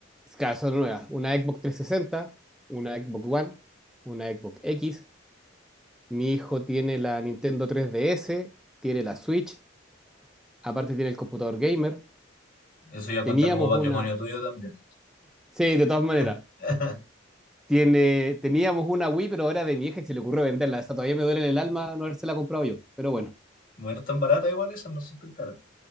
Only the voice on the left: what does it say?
Eso ya cuenta
como patrimonio
tuyo también.
<laughs>
Bueno, están baratas igual esas, no son tan caras.